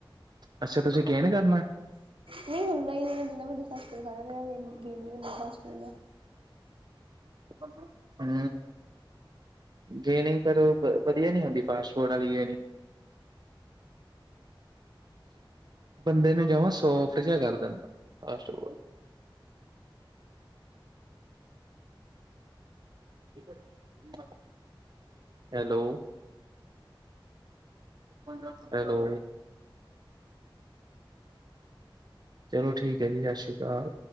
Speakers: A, on the right (about 50°); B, on the right (about 85°).
A: ਅੱਛਾ ਤੁਸੀਂ ਗੇਨ ਕਰਨਾ?
B: ਨਹੀਂ ਹੁੰਦਾ ਈ ਨੀਂ ਮੈਂ ਜਿੰਨਾ ਮਰਜ਼ੀ ਫਾਸਟ ਫੂਡ ਖਾਲਾਂ ਮੇਰਾ ਵੇਟ ਗੇਨ ਨੀਂ ਹੁੰਦਾ ਫਾਸਟ ਫੂਡ ਨਾਲ।
A: ਹਮ। ਗੇਨੀ ਪਰ ਵਧੀਆ ਨੀ ਹੁੰਦੀ ਫਾਸਟ ਫੂਡ ਵਾਲੀ ਗੇਨੀ। ਬੰਦੇ ਨੂੰ ਜਮਾਂ ਸੋਫਟ ਜਿਆ ਕਰ ਦਿੰਦਾ ਫਾਸਟ ਫੂਡ। <unintelligible> ਹੈਲੋ <unintelligible> ਹੈਲੋ ਚਲੋ ਠੀਕ ਹੈ ਜੀ ਸਸ਼ੀ ਕਾਲ।